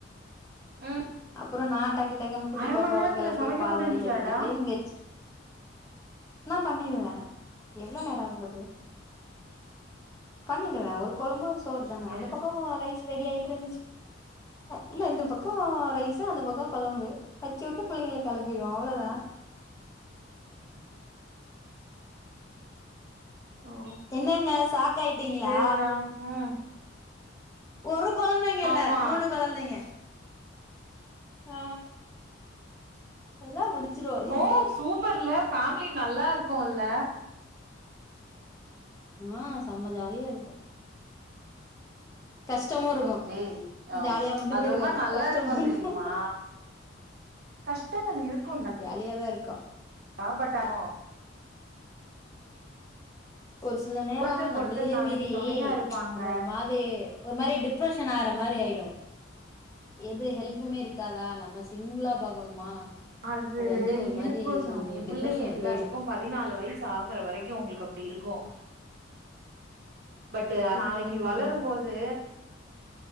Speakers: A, on the right; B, on the left.
A: ம்
B: அப்றோ நா டக்கு டக்குன்னு குட்டி
A: அர
B: பாப்பாவ
A: மண் நேரத்துல
B: கிளப்பி
A: சமைக்க
B: பால்வாடில
A: முடிஞ்சாடா
B: விட்டுட்டு இங்க நா பண்ணிருவே எவ்ள நேர ஆக போகுது பண்ணிடுவே ஒரு கொழம்பு ஒரு சோறு தான
A: இங்க
B: அந்த பக்கோ ரைஸ் ரெடி ஆகிட்டு இருந்துச்சு இல்ல இந்த பக்கோ ரைஸு அந்த பக்க கொழம்பு வச்சு விட்டு பிள்ளைங்கள கிளப்பிடுவே அவ்ளவுதான்
A: ஓ
B: என்னங்க சாக்காய்ட்டீங்ளா
A: சேர்ரா ம்
B: ஒரு ஒரு கொழந்தைங்க இல்ல
A: ஆமா
B: மூனு கொழந்தைங்க ஆ எல்லா முடிச்சிருவோ ஈஸியா
A: ஓ சூப்பர்ல ஃபேமிலி நல்லா இருக்கோல்ல
B: ஆ செம்ம ஜாலியா இருக்கும் கஷ் கஷ்டமா இருக்கு
A: டேய் அம்
B: ஜாலியா மட்டுமே
A: அது
B: இருக்காது
A: ஒரு மாரி நல்லா
B: கஷ்டமா
A: இருக்கு
B: இருக்கும்
A: தெரியுமா கஷ்டங்கள் இருக்குன்டா
B: ஜாலியாதா இருக் கா
A: <unintelligible>
B: ஒரு சில நேர
A: ஒருத்தருக்கு
B: நம்பளே
A: ஒருத்தர் நாளைக்கு
B: மீறி
A: தொணையா இருப்பாங்க
B: அந்த ஒரு மாதி ஒரு மாரி டிப்ரஷன் ஆகற மா ஆயிடும் எது ஹெல்ப்புமே இருக்காதா நம்ம சிங்களா பாக்கணுமா
A: அது
B: வந்து ஒரு
A: இருக்கு
B: மாதி
A: சாமி
B: டிப்ரெஷனுக்கு
A: புள்ளைங்க எல்லாத்துக்கும்
B: போயிடு
A: பதினாலு வயசு ஆகுற வரைக்கு உங்களுக்கு அப்டி இருக் கும் பட் நாளைக்கு
B: ம்
A: வளரும்போது